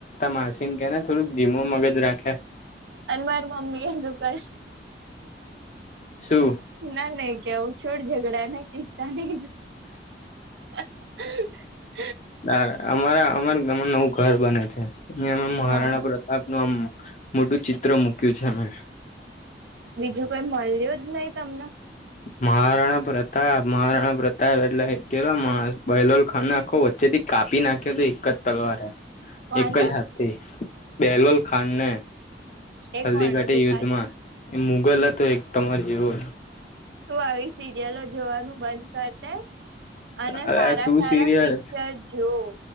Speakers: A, on the left; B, on the right.
A: માસિન કે થોડક ધીમો મગજ રાખ
B: અને મારી મમ્મી એ શું કર્યુ?
A: શું?
B: ના નાઈ કહું છોડ ઝઘડા ના કિસ્સા ને, <inaudible>
A: ર અમારા અમારા ગામમાં નવું ઘર બને છે. અ અ મહારાણા
B: હા
A: પ્રતાપ આપનું આમ મોટું ચિત્ર મૂક્યું છે અમે.
B: બીજું કોઈ મળ્યું જ નહી તમને?
A: હમ મહારાણા પ્રતાપ, મહારાણા પ્રતાપ એટલે કેલો બલોલ ખાન આખો વચ્ચેથી કાપી નાખ્યો તો એક જ તલવાર હે.
B: કોને
A: એક જ હાથથી બેહલવલ ખાન ને,
B: એ
A: હલ્દી
B: કોણ
A: ઘાટી
B: હતું
A: યુદ્ધ
B: પાછું
A: માં એ મુગલ હતો એક તમારે જેવો
B: તો આવી સિરિયલો જોવાનું બનકર. કર અને
A: આ
B: સારા
A: શું
B: સારા
A: સિરિયલ
B: પિક્ચર જોવ.